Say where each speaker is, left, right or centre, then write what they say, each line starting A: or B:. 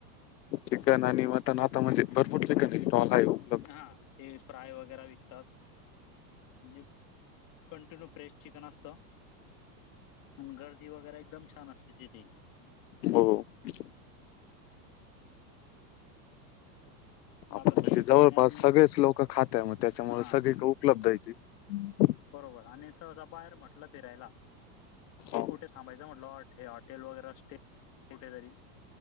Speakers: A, on the left; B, on the left.
A: चिकंन आणि मटंन आतां म्हणजे भरंपूर चिकंन आहे स्टॉल आहेत
B: हां ते फिश फ्राय वगैरें विकतांत म्हणजे कंटिन्यू फ्रेश चिकंन असतं पणं गर्दी वगैरें एकदंम छान असतें तिथे
A: हो हां आंपल
B: मग आता त्या
A: त्यां
B: हिशोबाने
A: जवळपांस
B: आम्ही
A: सगळेचं लोकं खात्यात मंग त्यांच्यामुळे
B: हा
A: सगळीं कडे उपलब्ध आहेतं ते
B: बरोबर आणि सहजां बाहेर म्हटलं फिरायलां की
A: हो
B: कुठे थांबायचं म्हटलं अट हे हॉटेलं वगैरें असे कुठेतरी